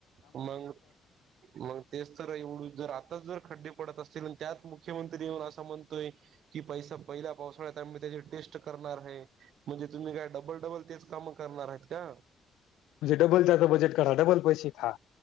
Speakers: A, on the right; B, on the left.
A: मग मग तेच तर एवढ जर आताच जर खड्डे अस त्यात मुख्यमंत्री असं म्हणतोय की पैसा पहिला पावसाळ्या त्यामुळे त्याची टेस्ट करणार आहे म्हणजे तुम्ही काय डबलडबल तेच काम करणार आहेत का.
B: म्हणजे डबल त्याचा बजेट करा डबल पैसे खा.